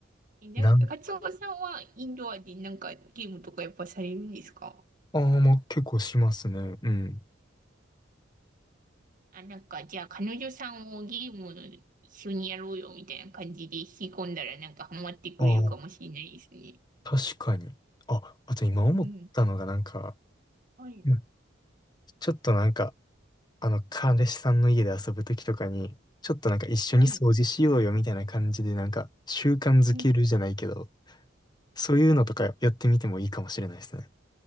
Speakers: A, on the right (about 45°); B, on the left (about 20°).
A: えな、
B: なんか、
A: カツオさんはインドアでなんかゲームとかやっぱされるんですか
B: ああ、まあ結構しますね。うん。
A: あ、なんか、じゃあ彼女さんをゲーム一緒にやろうよみたいな感じで引き込んだらなんかハマってくれるかもしれないですね。
B: ああ、確かに。あ、あと今思ったのがなんか、
A: うん。はい。
B: うんちょっとなんか、あの、彼氏さんの家で遊ぶときとかに、ちょっとなんか一緒に掃除しようよみたいな感じでなんか習慣づけるじゃないけど、
A: はい。うん。
B: そういうのとかやってみてもいいかもしれないですね。